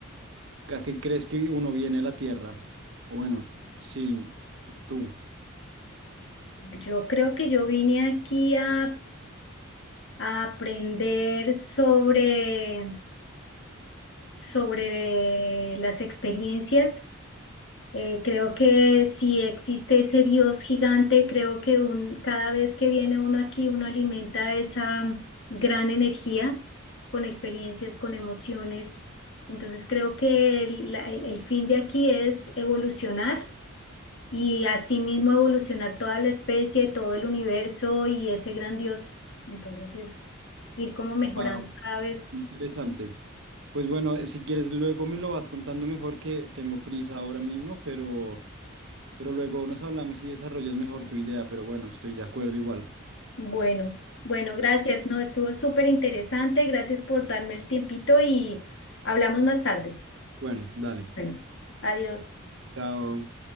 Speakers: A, on the right (about 60°); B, on the left (about 60°).
A: ¿A qué crees que uno viene a la Tierra? O bueno, sí, tú.
B: yo creo que yo vine aquí a, a aprender sobre, sobre las experiencias Eh, creo que si existe ese Dios gigante, creo que un, cada vez que viene uno aquí, uno alimenta esa gran energía con experiencias, con emociones. Entonces creo que el, la- el- el fin de aquí es evolucionar y asimismo evolucionar toda la especie, todo el universo y ese gran Dios. Entonces es ir como mejorando
A: Wow,
B: cada vez.
A: interesante. Pues bueno, eh, si quieres luego me lo vas contando mejor que tengo prisa ahora mismo, pero, pero luego nos hablamos y desarrollas mejor tu idea, pero bueno, estoy de acuerdo igual.
B: Bueno, bueno, gracias. No, estuvo súper interesante. Gracias por darme el tiempito y hablamos más tarde.
A: Bueno, dale.
B: Bueno, adiós.
A: Chao.